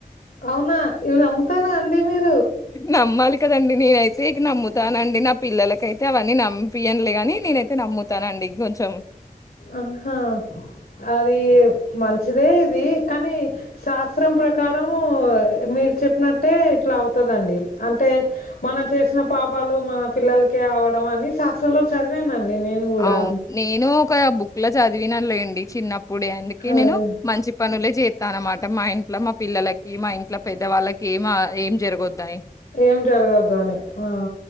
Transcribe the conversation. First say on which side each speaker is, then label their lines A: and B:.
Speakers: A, on the left; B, on the left.
A: అవునా ఇవి నమ్ముతారా అండి మీరు
B: నమ్మాలి కదండి నేనైతే ఇక నమ్ముతానండి నా పిల్లలకైతే అవన్నీ నమ్మిపియనులే కానీ నేనైతే నమ్ముతానండి. కొంచెం.
A: ఆహా అదీ మంచిదే ఇది కానీ శాస్త్రం ప్రకారము మీరు చె చెప్పినట్టే ఇట్లా అవుతాదండి. అంటే మనం చేసిన పాపాలు మన పిల్లలకే అవడం అని శాస్త్రంలో చదివానండి. నేను కూడా
B: అవును. నేను ఒక బుక్ లో చదివిన లేండి చిన్నప్పుడే అందుకే
A: అదే
B: నేను మంచి పనులే, చేత్తా అన్నమాట మా ఇంట్లో మా పిల్లలకి మా ఇంట్లో పెద్దవాళ్ళకి ఏమా ఏం జరగొద్దని
A: ఏం జరగద్దు అని ఆ